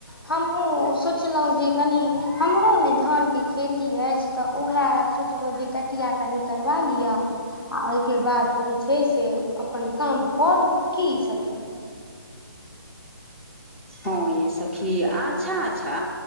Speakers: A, on the left; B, in the centre.
A: हमहुँ सोचलौ जे कनि हमरो ने धानके खेती अइछ। तऽ उहे सोचलौ जे कटिया कनि करवा लिय। आ ओइके बाद जे छै से अपन काम करू की सखी।
B: हँ यै सखी आच्छा आच्छा।